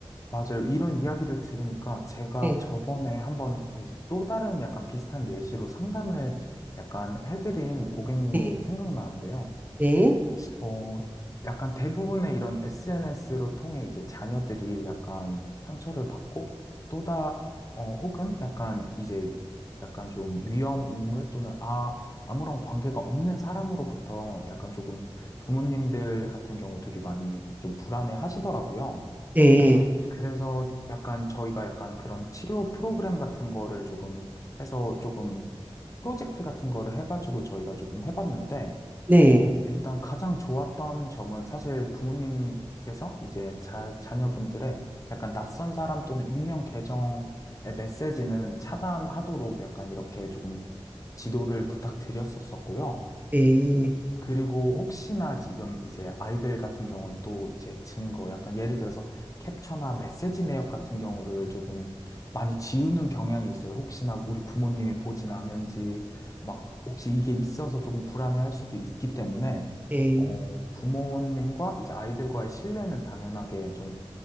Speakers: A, on the left (about 35°); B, on the right (about 15°).
A: 맞아요. 이런 이야기를 들으니까 제가
B: 네,
A: 저번에 한번 이제 또 다른 약간 비슷한 예시로 상담을 약간 해드린 고객님이
B: 네,
A: 생각나는데요.
B: 네,
A: 어, 약간 대부분의 이런 SNS로 통해 이제 자녀들이 약간 상처를 받고 또다, 어, 혹은 약간 이제 약간 좀 위험 인물 또는 아, 아무런 관계가 없는 사람으로부터 약간 조금 부모님들 같은 경우 되게 많이 좀 불안해 하시더라고요.
B: 네,
A: 그래서 약간 저희가 약간 그런 치료 프로그램 같은 거를 조금 해서 조금 프로젝트 같은 거를 해가지고 저희가 조금 해봤는데
B: 네,
A: 일단 가장 좋았던 점은 사실 부모님께서 이제 자, 자녀분들의 약간 낯선 사람 또는 익명 계정의 메시지는 차단하도록 약간 이렇게 조금 지도를 부탁드렸었었고요.
B: 네,
A: 그리고 혹시나 지금 이제 아이들 같은 경우는 또 이제 증거, 약간 예를 들어서 캡처나 메시지 내역 같은 경우를 조금 많이 지우는 경향이 있어요. 혹시나 우리 부모님이 보진 않은지, 막 혹시 이게 있어서 조금 불안해할 수도 있기 때문에,
B: 네,
A: 어, 부모님과 이제 아이들과의 신뢰는 당연하게 좀